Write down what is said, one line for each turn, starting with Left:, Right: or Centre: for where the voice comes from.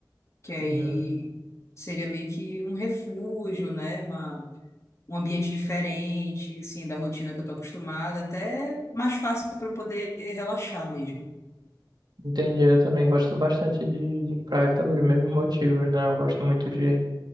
Left: Que aí
Right: Uhum.
Left: seria meio que um refúgio, né? Uma um ambiente diferente, assim, da rotina que eu tô acostumada, até mais fácil para eu poder relaxar mesmo.
Right: Entendi, eu também gosto bastante de, de praia pelos mesmos motivos, né? Eu gosto muito de,